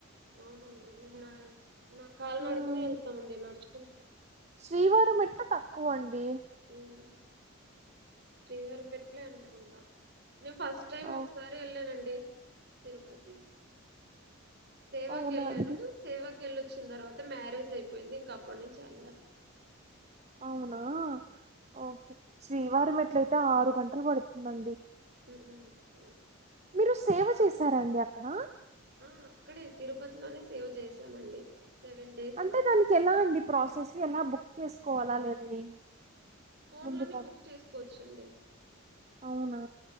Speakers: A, on the right (about 50°); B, on the right (about 30°).
A: అవునండి మేన్నా నా కాలి
B: ఉమ్,
A: నడుకనే వెళ్తామండి నడుచు
B: శ్రీవారి మెట్లు తక్కువండి
A: మ్ శ్రీవారి మెట్లే అనుకుంట నేను ఫస్ట్ టైం
B: అవ్-
A: ఒకసారి వెళ్ళానండి తిరుపతి సేవాకి
B: అవునా
A: వెళ్లాను
B: అండి
A: సేవా కెళ్ళొచ్చిన తర్వాత మ్యారేజ్ అయిపోయింది ఇంక అప్పటి నుంచి ఎల్లా
B: అవునా ఓకే సి యు వారం ఎట్లయితే ఆరు గంటలు పడుతుందండి
A: ఊమ్మ్
B: మీరు సేవ చేసారన్ ఎక్కడ
A: ఆ అక్కడే తిరుపతిలోనే సేవ చేసామండి సెవెన్ డేస్
B: అంటే దానికి ఎలా అండి ప్రాసెస్ ఎలా బుక్ చేసుకోవాలా లేదా ఏంటి
A: ఫోన్
B: ముందుగా
A: లోనే బుక్ చేసుకోవచ్చు చండి
B: అవునా